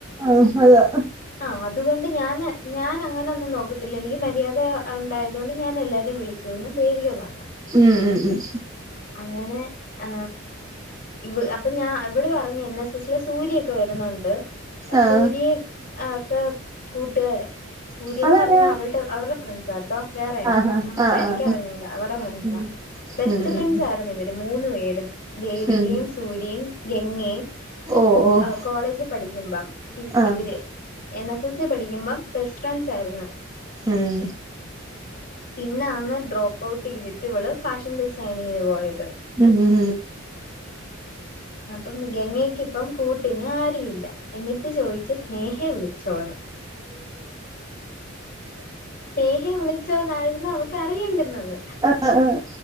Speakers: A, on the right; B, on the left.
A: ആഹ് അതാ
B: ആഹ് അതുകൊണ്ട് ഞാന് ഞാനങ്ങനൊന്നും നോക്കത്തില്ല എനിക്ക് മര്യാദ ഒണ്ടായതുകൊണ്ട് ഞാൻ എല്ലാര രിം വിളിക്ക്യൂന്ന് ദേവിക പർഞ്ഞ്
A: ഉം ഉം ഉം
B: അങ്ങനെ. ആ ഇവ് അപ്പ ഞാ ഇവള് പറഞ്ഞ് എൻ എസ് എസ്ല് സൂര്യ ഒക്കെ വരുന്നുണ്ട്. അ
A: ആഹ്
B: സൂരി ആഹ് ക്കെ കൂട്ടുകാര സൂര്യന്ന്
A: അതാരാ
B: പർഞ്ഞാ അവൾ. ട്ട് അവർടെ ഫ്രണ്ട്സ ട്ടോ വേറെയ.
A: ആഹ്
B: മ്മക്ക
A: ആഹ്
B: എനിക്ക്യറിഞ്ഞൂട
A: ആഹ് ആഹ്
B: അവർടെ ഫ്രണ്ട്സ
A: ഉം
B: ബെസ്റ്റ്
A: ഉം ഉം
B: ഫ്രണ്ട്സായി തണ് ഇവര് മൂന്നു പേരും ദേവികയും
A: ഉം
B: സൂര്യയും ഗംഗേം.
A: ഓഹ് ഓഹ്
B: ഓ കോളേജ് പഠിക്കുമ്പം ഇവ്
A: ആഹ്
B: ഇവിര്. എൻ എസ് എസ് സി പഠിക്ക്യുമ്പം ബെസ്റ്റ് ഫ്രണ്ട്സായിരുന്നു.
A: ഉം.
B: പിന്നാന്ന് ഡ്രോപ്പൗട്ടെയ്തിട്ട് വള് ഫാഷൻ ഡിസൈനിങ്ങിന് പോയത്.
A: ഉം ഉം.
B: അപ്പം ഗങ്ങയ്ക്കിപ്പം കൂട്ടിന് ആരു ഇല്ല. എന്നിട്ട് ചോയ്ച്ച് സ്നേഹെ വിളിച്ചോന്ന്. സ്‌നേഹെ വിളി ന്നാഴ്ന്നു അവക്കറിയേണ്ടുന്നത്.
A: അ അ ആഹ്.